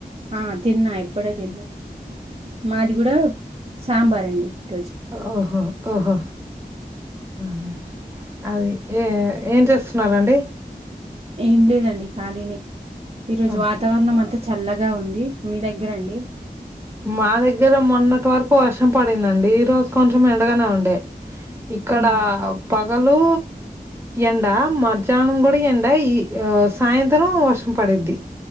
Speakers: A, on the right (about 40°); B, on the right (about 15°).
A: ఆ తిన్నా ఇప్పుడే తిన్నా మాది కూడా సాంబార్ అండి ఈరోజు
B: ఓహో ఓహో అదే అది ఏ ఏం చేస్తున్నారండి
A: ఏం లేదండి ఖాళీనే ఈరోజు
B: ఓ
A: వాతవరణం అంతా చల్లగా ఉంది మీ దగ్గరండి
B: మా దగ్గర మొన్నటి వరకు వర్షం పడిందండి ఈ రోజు కొంచెం ఎండగానే ఉండే ఇక్కడా
A: ఉమ్,
B: ప పగలు ఎండ మధ్యాహ్నం కూడ ఎండ ఈ సాయంత్రం వర్షం ప డిద్ది